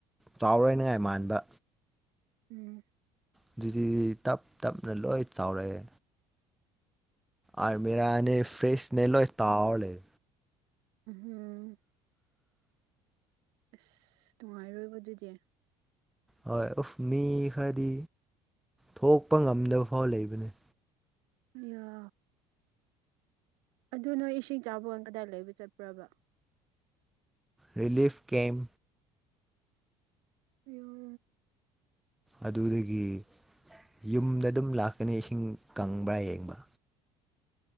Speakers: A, in the centre; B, on the right.
A: ꯆꯥꯎꯔꯣꯏꯅꯉꯥꯏ ꯃꯥꯟꯕ꯫
B: ꯎꯝ꯫
A: ꯑꯗꯨꯗꯤ ꯇꯞ ꯇꯞꯅ ꯂꯣꯏ ꯆꯥꯎꯔꯛꯑꯦ꯫ ꯑ ꯃꯦꯔꯥ ꯐ꯭ꯔꯤꯁꯅꯦ ꯂꯣꯏ꯫ ꯇꯥꯎꯔ
B: ꯎꯝ
A: ꯂꯩ
B: ꯎꯝꯍꯨꯝ꯫ ꯑꯁ ꯅꯨꯡꯉꯥꯏꯔꯣꯏꯕꯣ ꯑꯗꯨꯗꯤ꯫
A: ꯍꯣꯏ ꯎꯐ ꯃꯤ ꯈꯔꯗꯤ ꯊꯣꯛꯄ ꯉꯝꯗꯕ ꯐꯥꯎ ꯂꯩꯕꯅꯤ꯫
B: ꯑꯩꯌꯥ꯫ ꯑꯗꯨ ꯅꯣꯏ ꯏꯁꯤꯡ ꯆꯥꯎꯕ ꯀꯥꯟ ꯀꯗꯥꯏ ꯂꯩꯕ ꯆꯠꯄ꯭ꯔꯕ꯫
A: ꯔꯤꯂꯤꯐ ꯀꯦꯝ꯫
B: <inaudible>
A: ꯑꯗꯨꯗꯒꯤ ꯌꯨꯝꯗ ꯑꯗꯨꯝ ꯂꯥꯛꯀꯅꯤ ꯏꯁꯤꯡ ꯀꯪꯕ꯭ꯔꯥ ꯌꯦꯡꯕ